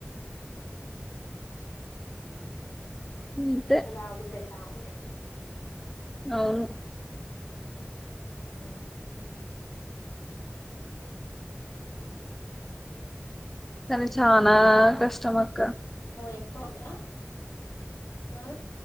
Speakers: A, on the left; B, in the centre.
A: <inaudible>
B: అంతే
A: ఇంకా తాగా బుద్ధి అయితా ఉంటాయి
B: నవును
A: ఆ
B: అని చనా కష్టం అక్క
A: ఎక్కువందరా <inaudible>